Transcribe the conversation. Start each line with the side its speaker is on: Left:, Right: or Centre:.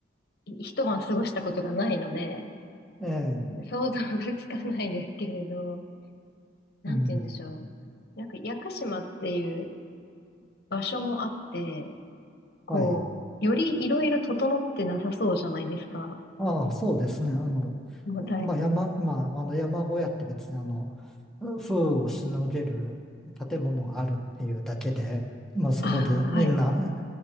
Left: い一晩過ごしたことがないので、
Centre: ええ、
Left: 想像がつかないですけれど、なんて言うんでしょう。
Centre: うん、
Left: なんか、屋久島っていう場所もあって、こう、
Centre: はい。
Left: よりいろいろ整ってなさそうじゃないですか。
Centre: ああ、そうですね。あの、
Left: もうだい、
Centre: まあ、山、まあ、あの山小屋って別にあの、風雨をしのげる建物があるっていうだけで、まあ、そこでみんな、
Left: ああ、はい。